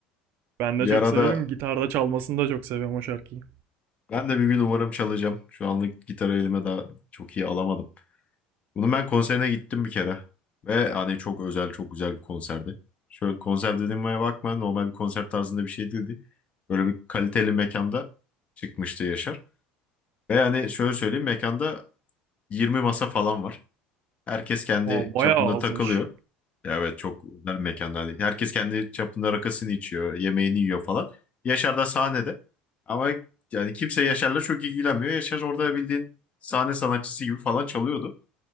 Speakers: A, on the right; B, on the left.
A: Ben
B: Bir
A: de çok
B: arada
A: severim. Gitarda çalmasını da çok seviyorum o şarkıyı.
B: ben de bir gün umarım çalacağım. Şu anlık gitarı elime daha çok iyi alamadım. Bunun ben konserine gittim bir kere. Ve hani çok özel, çok güzel bir konserdi. Şöyle konser dediğime bakma normal bir konser tarzında bir şey değildi. Böyle bir kaliteli mekanda çıkmıştı Yaşar. Ve hani şöyle söyleyeyim mekanda 20 masa falan var. Herkes kendi
A: Aa, bayağı
B: çapında
A: azmış.
B: takılıyor. Ya Evet çok özel bir mekanda. Hani herkes kendi çapında rakısını içiyor, yemeğini yiyor falan. Yaşar da sahnede. Ama yani kimse Yaşar'la çok ilgilenmiyor. Yaşar orada bildiğin sahne sanatçısı gibi falan çalıyordu.